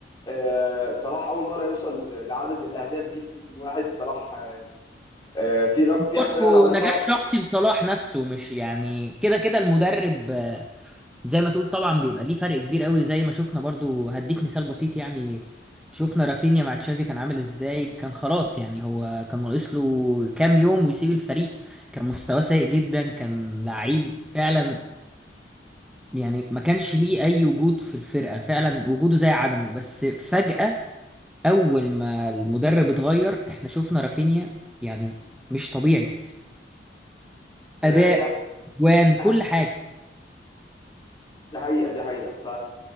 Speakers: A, on the left; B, in the centre.
A: آه صلاح اول مره يوصل لعدد الاهداف دي في موسم واحد صلاح آه آه، في رقم
B: برضه
A: في احصائيه انا قريتها
B: نجاح شخصي لصلاح نفسه مش يعني كده كده المدرب آه، زي ما تقول طبعا بيبقى ليه فرق كبير قوي زي ما شفنا برضه هديك مثال بسيط يعني شفنا رافينيا مع تشافي كان عامل ازاي كان خلاص يعني هو كان ناقص له كام يوم ويسيب الفريق كان مستواه سيء جدا كان لعيب فعلا يعني ما كانش ليه اي وجود في الفرقة فعلا وجوده زي عدمه بس فجأة اول ما المدرب اتغير احنا شفنا رافينيا يعني مش طبيعي اداء
A: آه دي
B: جوان
A: دي
B: كل حاجه
A: دي حقيقه دي حقيقه ف